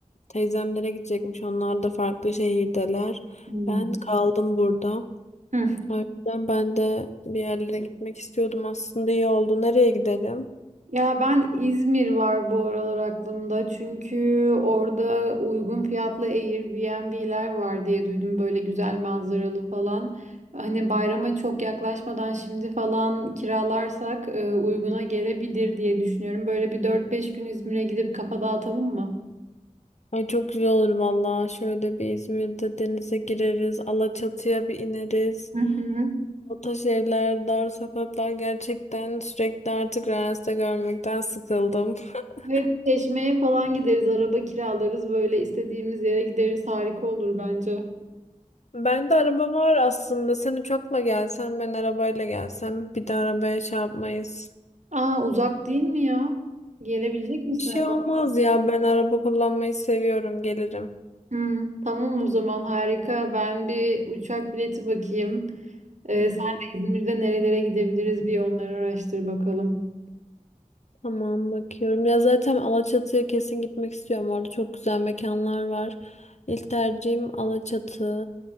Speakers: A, on the left; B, on the right.
A: teyzemlere gidecekmiş. Onlar da farklı şehirdeler.
B: Hmm.
A: Ben kaldım burada.
B: Hı.
A: O yüzden ben de bir yerlere gitmek istiyordum. Aslında iyi oldu. Nereye gidelim?
B: Ya ben İzmir var bu aralar aklımda. Çünkü orada uygun fiyatlı Airbnb'ler var diye duydum. Böyle güzel manzaralı falan. Hani bayrama çok yaklaşmadan şimdi falan kiralarsak e, uyguna gelebilir diye düşünüyorum. Böyle bir dört beş gün İzmir'e gidip kafa dağıtalım mı?
A: Ay çok güzel olur valla. Şöyle bir İzmir'de denize gireriz. Alaçatı'ya bir ineriz.
B: Hı hı.
A: O taş evler, dar sokaklar gerçekten sürekli artık Reels'te görmekten sıkıldım. <laughs>
B: Ve Çeşme'ye falan gideriz, araba kiralarız, böyle istediğimiz yere gideriz. Harika olur bence.
A: Ben de araba var aslında. Sen uçakla gelsen, ben arabayla gelsem. Bir de arabaya çarpmayız.
B: Aa uzak değil mi ya? Gelebilecek misin?
A: Bir şey
B: araba?
A: olmaz ya. Ben araba kullanmayı seviyorum. Gelirim.
B: Hı, tamam o zaman harika. Ben bir uçak bileti bakayım. Ee,
A: Hı hı.
B: sen de İzmir'de nerelere gidebiliriz bir onları araştır bakalım.
A: Tamam bakıyorum. Ya zaten Alaçatı'ya kesin gitmek istiyorum. Orada çok güzel mekanlar var. İlk tercihim Alaçatı.